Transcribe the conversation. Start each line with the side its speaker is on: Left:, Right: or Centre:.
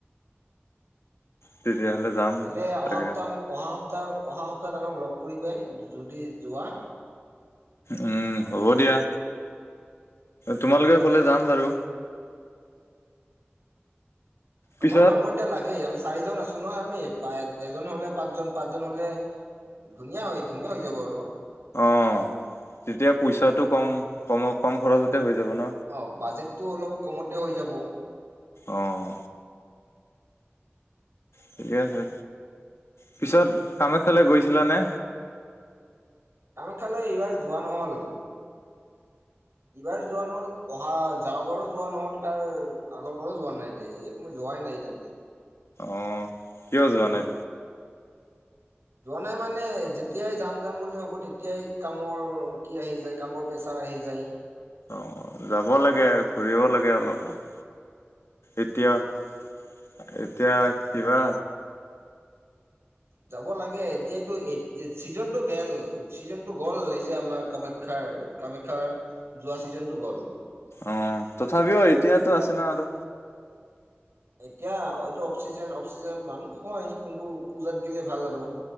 Left: তেতিয়াহ'লে যাম।
Right: যালে
Left: তাকে
Right: অহা সপ্তাহ অহা সপ্তাহ অহা সপ্তাহ অহা সপ্তাহত আমাক লগ কৰিবাই যদি যোৱা
Left: উম হ'ব দিয়া। তোমালোকে ক'লে যাম বাৰু পিছত
Right: আমাৰ মানুহ এতিয়া লাগে আমি চাৰিজন আছো নহয় আমি প এজন হ'লে পাঁচজন পাঁচজন হ'লে ধুনীয়া হয় ধুনীয়া হৈ যাব আৰু
Left: অ', তেতিয়া পইচাটো‌ কম-কম-কম খৰচতে হৈ যাব ন?
Right: অ', বাজেটটো অলপ কমতে হৈ যাব।
Left: অ', ঠিকে আছে। পিছত কামাখ্যালৈ গৈছিলানে?
Right: কামাখ্যালৈ এইবাৰ যোৱা নহ'ল। এইবাৰ যোৱা নহ'ল। অহা যোৱা বাৰো যোৱা নহ'ল তাৰ আগৰ বাৰো যোৱা নাই দে মই যোৱাই নাই তা দে
Left: অ', কিয় যোৱা নাই?
Right: যোৱা নাই মানে যেতিয়াই যাম যাম বুলি ভাবো তেতিয়াই কামৰ কি আহি যায় কামৰ পেচাৰ আহি যায়
Left: অ', যাব লাগে ঘূৰিব লাগে অলপমান এতিয়া-এতিয়া কিবা
Right: যাব লাগে এতিয়াটো এই ছিজনটো গেল ছিজনটো গ'ল এই যে আমাৰ কামাখ্যাৰ কামাখ্যাৰ যোৱা ছিজনটো গ'ল।
Left: অ', তথাপিও এতিয়াতো আছে ন আৰু
Right: এতিয়া হয়টো অফ্সিজেন অফ্সিজেন মানুহ হয় কোনটো পূজাত গ'লে ভাল আৰু